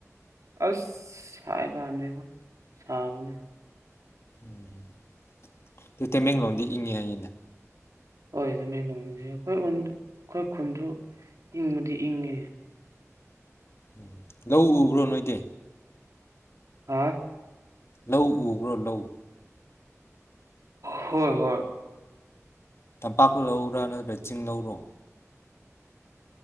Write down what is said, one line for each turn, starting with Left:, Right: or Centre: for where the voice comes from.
Right: ꯑꯁ ꯍꯥꯏ ꯀꯥꯟꯗꯦꯗ ꯁꯥꯕꯅ
Left: ꯎꯝ ꯑꯗꯨ ꯃꯩꯇꯩ ꯃꯌꯦꯛꯂꯣꯡꯗ ꯏꯅꯤ ꯍꯥꯢꯌꯦꯅꯦ
Right: ꯍꯣꯏ ꯑꯗꯨꯅꯦ ꯅꯣꯡꯁꯦ ꯑꯩꯈꯣꯏ ꯈꯨꯟꯗꯨ ꯑꯩꯈꯣꯏ ꯈꯨꯟꯗꯨ ꯏꯪꯕꯗꯤ ꯏꯪꯉꯦ
Left: ꯎꯝ ꯂꯧ ꯎꯕ꯭ꯔꯣ ꯅꯣꯏꯗꯤ
Right: ꯑꯥ
Left: ꯂꯧ ꯎꯕ꯭ꯔꯣ ꯂꯧ
Right: ꯍꯣꯏ ꯍꯣꯏ
Left: ꯇꯝꯄꯥꯛ ꯂꯧꯔꯥ ꯅꯠꯇ꯭ꯔꯒ ꯆꯤꯡ ꯂꯧꯔꯣ